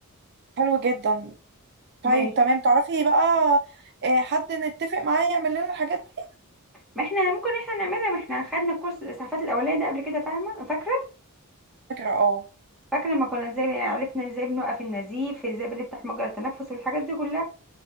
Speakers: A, on the right; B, in the centre.
A: حلو جدا طيب
B: ماشي
A: تمام تعرفي بقى آه، حد نتفق معاه يعمل لنا الحاجات دي
B: ما احنا ممكن احنا نعملها ما احنا خدنا كورس الاسعافات الاوليه ده قبل كده فاهمه فاكره
A: فكره اه
B: فاكره لما كنا ازاي عرفنا ازاي بنوقف النزيف ازاي بنفتح مجرى التنفس والحاجات دي كلها